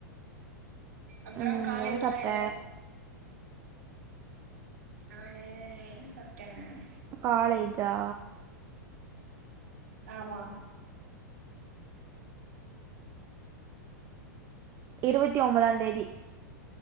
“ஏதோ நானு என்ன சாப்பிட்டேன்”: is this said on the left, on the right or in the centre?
Right